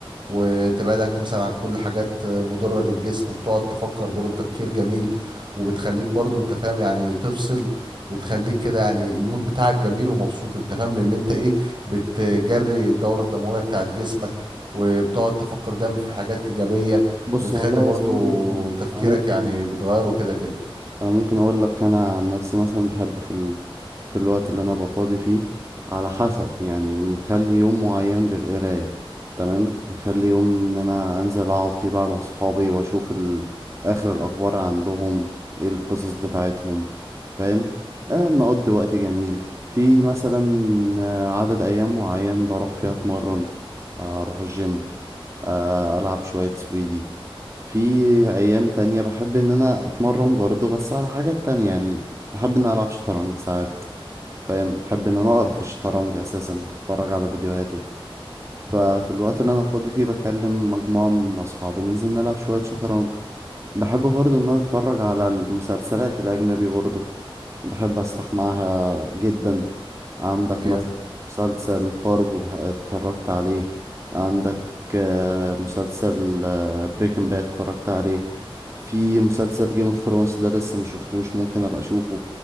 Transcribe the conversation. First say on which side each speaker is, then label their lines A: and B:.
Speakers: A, on the right; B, on the right.
A: وتبعدك مثلا عن كل حاجات آه، مضرة للجسم وبتقعد تفكر برضو تفكير جميل وبتخليك برضو انت فاهم يعني تفصل وتخليك كده يعني المود بتاعك جميل ومبسوط انت فاهم لان انت ايه بتجري الدورة الدموية بتاعت جسمك وبتقعد تفكر دايما في حاجات إيجابية
B: بص
A: بتخلي
B: والله
A: برضو
B: يا زميلي يعني
A: تفكيرك
B: أنا ممكن
A: يعني بتغيره كده كده
B: أنا ممكن أقول لك أنا عن نفسي مثلا بحب في ال... في الوقت اللي أنا أبقى فاضي فيه على حسب يعني مخلي يوم معين للقراية تمام مخلي يوم إن أنا أنزل أقعد فيه بقى مع صحابي وأشوف ال... آخر الأخبار عندهم إيه القصص بتاعتهم فاهم آه نقضي وقت جميل في مثلا آه، عدد أيام معين بروح فيها أتمرن آه، أروح الجيم آه، ألعب شوية سويدي في ايام تانية بحب ان انا اتمرن برضه بس على حاجات تانية يعني بحب ان انا العب شطرنج ساعات فاهم بحب ان انا اقرا في الشطرنج اساسا اتفرج على فيديوهاته ففي الوقت اللي انا فاضي فيه بكلم مجموعة من اصحابي ننزل نلعب شوية شطرنج بحب برضه ان انا اتفرج على المسلسلات الاجنبي برضه بحب أسرح معاها جدا عندك
A: جامد
B: مثلا مسلسل فارجو بح- اتفرجت عليه عندك آه، مسلسل آه، بريكنج باد اتفرجت عليه في مسلسل جيم اوف ثرونز ده لسه ما شفتوش ممكن ابقى اشوفه